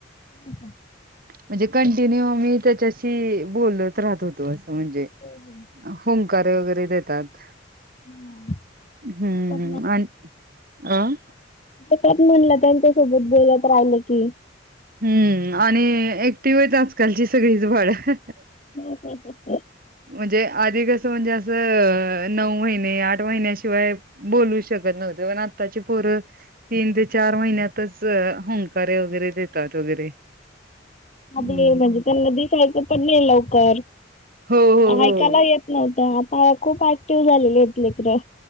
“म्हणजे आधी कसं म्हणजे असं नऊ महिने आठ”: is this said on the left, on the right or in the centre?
Right